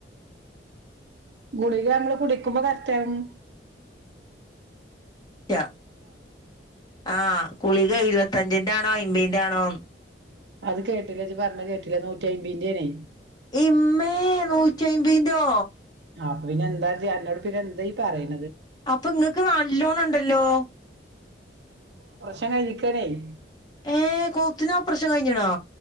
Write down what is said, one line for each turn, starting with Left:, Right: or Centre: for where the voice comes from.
Right: ഗുളിക മ്മള് കുടിക്കുമ്പോ കറക്റ്റാക്ണ് ണ്ട്.
Left: ക്യാ ആ ഉളിക ഇരുപത്ത ഞ്ചിന്റാണോ, അമ്പയിന്റാണോ?
Right: അത് കേട്ടില്ലെജ് പറഞ്ഞത് കേട്ടില്ലെ നൂറ്റിയയ്മ്പയിന്റെണെ.
Left: ഇമ്മേ! നൂറ്റി അയ്മ്പയിന്റോ?
Right: അപ്പൊ പിന്നെന്താജ് അന്നോട് പിന്നെന്തായീ പറയ്ണ്?
Left: അപ്പൊ ങ്ങക്ക് നല്ലോണണ്ടല്ലോ?
Right: ചാരിക്കണെയ്.
Left: ഏ കോത്തിനോപ്രഷം കഴിഞ്ഞേണോ?